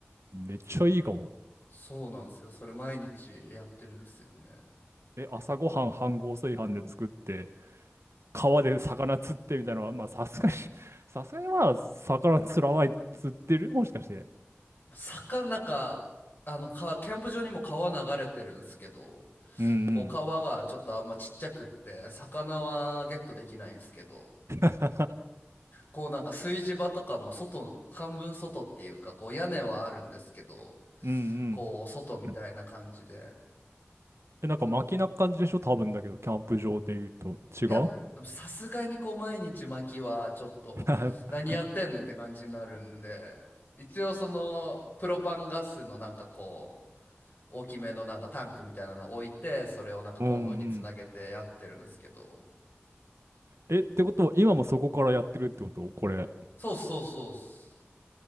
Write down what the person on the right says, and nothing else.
めっちゃいいかも。
え、朝ごはん飯盒炊飯で作って、川で魚釣ってみたいなのは、まあさすがに、<laughs> さすがにまあ魚釣らない、釣ってるもしかして。
うんうん。
<laughs>
うん
うん。え、なんか巻きな感じでしょ多分だけど、キャンプ場で言うと。違う
<laughs>
うんうん。え、ってことは今もそこからやってるってことこれ。